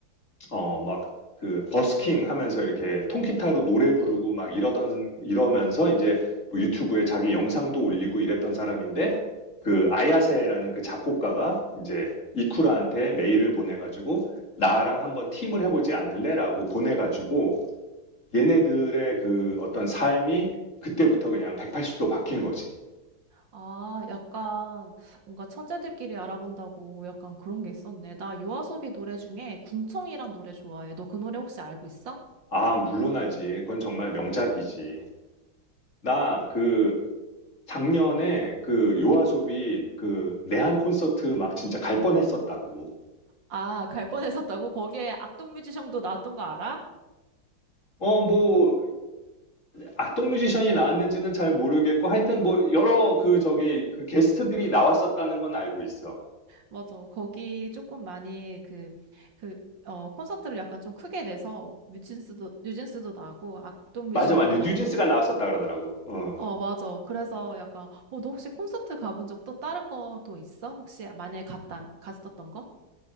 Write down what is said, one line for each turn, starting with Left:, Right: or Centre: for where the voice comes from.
Left: 어, 막, 그, 버스킹 하면서 이렇게 통기타로 노래 부르고 막 이러던, 이러면서 이제 뭐 유튜브에 자기 영상도 올리고 이랬던 사람인데, 그, 아야세라는 그 작곡가가 이제 이쿠라한테 메일을 보내가지고, 나랑 한번 팀을 해보지 않을래? 라고 보내가지고, 얘네들의 그 어떤 삶이 그때부터 그냥 180도 바뀐 거지.
Right: 아, 약간 뭔가 천재들끼리 알아본다고 약간 그런 게 있었네. 나 요아소비 노래 중에 군청이란 노래 좋아해. 너 그 노래 혹시 알고 있어?
Left: 아, 물론하지. 그건 정말 명작이지. 나그 작년에 그 요아소비 그 내한 콘서트 막 진짜 갈 뻔했었다고.
Right: 아, 갈 뻔했었다고? 거기에 악동 뮤지션도 나왔던 거 알아?
Left: 어, 뭐, 악동 뮤지션이 나왔는지는 잘 모르겠고, 하여튼 뭐, 여러 그 저기, 그 게스트들이 나왔었다는 건 알고 있어.
Right: 맞아. 거기 조금 많이 그, 그, 어, 콘서트를 약간 좀 크게 내서 뉴진스도, 뉴진스도 나고 악동 뮤지션도
Left: 맞아, 맞아.
Right: 나고.
Left: 뉴진스가 나왔었다 그러더라고. 어.
Right: 어, 맞아. 그래서 약간, 어, 너 혹시 콘서트 가본 적 또 다른 거 또 있어? 혹시 만약에 갔다, 갔었던 거?